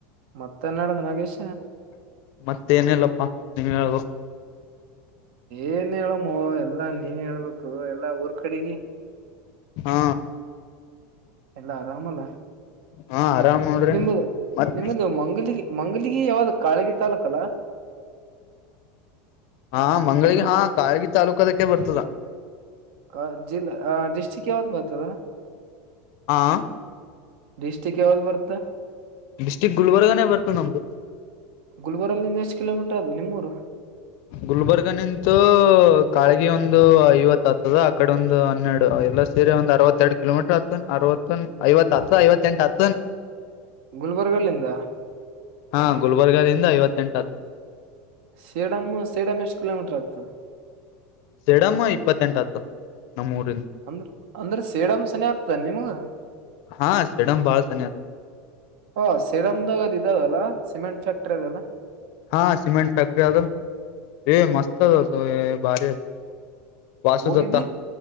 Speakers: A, on the right; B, on the left.
A: ಮತ್ತೆ ನಡ್ದ ನಾಗೇಶ
B: ಮತ್ತೇಏನಿಲ್ಲಪ್ಪಾ ನೀವ್ ಹೇಳ್ಬೇಕು
A: ಏನ್ ಹೇಳಮ್ಮ ಎಲ್ಲಾ ನೀನ್ ಹೇಳ್ಬೇಕು ಎಲ್ಲಾ ಊರ್ ಕಡೆಗೆ
B: ಹಾ
A: ಎಲ್ಲ ಆರಾಮಲ್ಲ
B: ಹಾ ಆರಾಮ್ ನೋಡ್ರಿ
A: ನಿಮ
B: ಮತ್
A: ನಿಮ್ದ ಮಂಗಲಿಗಿ ಮಂಗಲಿಗಿ ಯಾವ್ದ ಕಾಳಗಿ ತಾಾಲೂಕ ಅಲ್ಲಾ.
B: ಹಾ ಮಂಗಳಿಗೆ
A: ಹಲೋ
B: ಹಾ ಕಾಳಗಿ ತಾಾಲೂಕ ಅದಕ್ಕೆ ಬರ್ತದ.
A: ಆ ಜಿಲ್ಲಾ ಡಿಸ್ಟ್ರಿಕ್ ಯಾವ್ದ್ ಬತದಾ
B: ಆಂ
A: ಡಿಸ್ಟಿಕ್ ಯಾವಾಗ ಬರುತ್ತಾ
B: ಡಿಸ್ಟ್ರಕ್ ಗುಲ್ರ್ ಬರ್ತದೆಮ್ದ
A: ಗುಲ್ಬರ್ ನಿಿಂದ ಎಷ್ಟ ಕಿೋ ಟರ್ ಅದು ನಿಮ್ಮೂರು
B: ಗುಲ್ಬರ್ಗ ನಿಂತು ಕಾಳಗಿ ಒಂದು ಐವತ್ ಆತದ ಅಕಡೆ ಒಂದು ಹನ್ನೆರಡು ಎಲ್ಲ ಸೀರಿ ಒಂದ ಅವತ್ತ ಎರಡು ಕಿೋಮೀಟರ್ ಹತ್ನ್ ಅರವತ್ತ ಐವತ್ತ್ತತ್ ಐವತ್ತ ಎಂಟು ಹತ್ನ್
A: ಗುಲ್ಬರ್ಗಲ್ಲಿಂದ
B: ಹಾ ಗುಲ್ಬರ್ಗದಿಂದ ಐವತ್ತೆಂಟು ಹತ್ತು
A: ಸೇಡಮಮ್ಮ್ ಸೇಡಮ ಎಷ್ಟು ಕಿಲೋಮೀಟರ್ ಆಗ್ತದೆ
B: ಸೆಡಮ್ಮ ಇಪ್ಪತ್ತೆಂಟು ಹತ್ತು ನಮ್ಮೂಊರಿಂದ
A: ಅಂದ್ರ ಅಂದ್ರ ಸೇಡಮ್ಸನ ಆಗ್ತಾನ ನಿಮಗ
B: ಹಾ ಸೆಡಮ್ ಬಾಳ ಸನಿ ಆತು
A: ಹೊಓ ಸೀಡಮ್ದಾಗದ್ ಇದದಲ್ಲ ಸಿಮೆಂಟ್ ಫ್ಯಾಕ್ಟ್ರಿ ಅದಲ್ಲ
B: ಹಾ ಸಿಮೆಂಟ್ ಫ್ಯಾಕ್ಟ್ರ ಅದ ಏ ಮಸ್ತ್ ಅದದು ಭಾರಿ ವಾಸುುದತ್ತ
A: ಹೋಗಿದ್ದಿ